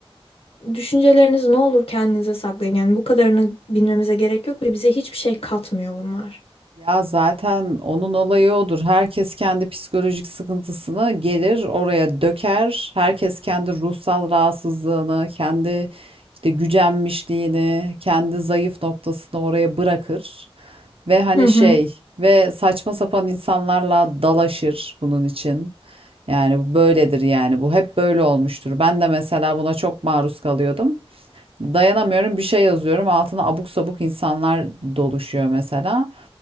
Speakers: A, on the left; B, on the right.
A: düşünceleriniz ne olur kendinize saklayın. Yani bu kadarını bilmemize gerek yok ve bize hiçbir şey katmıyor bunlar.
B: Ya zaten onun olayı odur. Herkes kendi psikolojik sıkıntısını gelir oraya döker. Herkes kendi ruhsal rahatsızlığını, kendi işte gücenmişliğini, kendi zayıf noktasını oraya bırakır. Ve hani
A: Hı hı.
B: şey ve saçma sapan insanlarla dalaşır bunun için. Yani bu böyledir yani bu hep böyle olmuştur. Ben de mesela buna çok maruz kalıyordum. Dayanamıyorum bir şey yazıyorum altına abuk sabuk insanlar doluşuyor mesela.